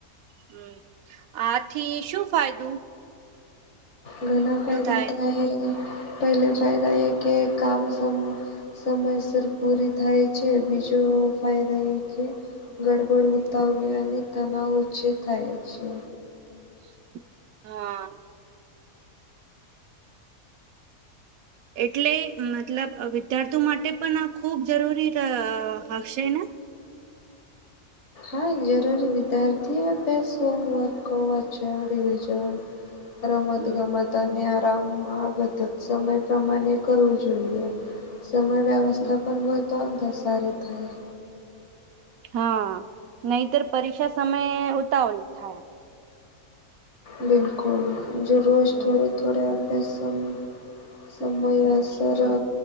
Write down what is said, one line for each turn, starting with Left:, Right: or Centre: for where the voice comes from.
Right: હમ આથી શું ફાયદું
Left: ઘણા ફાયદા
Right: થાય
Left: તાય પહેલે
Right: હમ,
Left: ફાયદા એ કે કામ સં સમયસર પૂરી થાય છે બીજો ફાયદા એ કે ગડ ફળ
Right: હમ.
Left: ઉતાવલી અને તણવ ઓછે થાય છે
Right: <inaudible> હા એટલે મતલબ વિદ્યાર્થી માટે પણ આ ખૂબ જરૂરી હશે ને
Left: હા જરૂરી વિદ્યાર્થીએ અભ્યાસ હોમવર્ક વાચન રિવઝન રમત
Right: હમ
Left: ગમત તને આરામ આ બધા જ સમય પ્રમાણે કરવું જોઈએ સમય વ્યવસ્થા
Right: હમ.
Left: પણ હોય તો આમ સારી થાય
Right: હા નહીતર પરીક્ષા સમયે ઉતાવળ થાય
Left: બિલકુલ જો રોજ
Right: હમ
Left: થોડે થોડે અભ્યાસક્રમ સમયસર
Right: હમ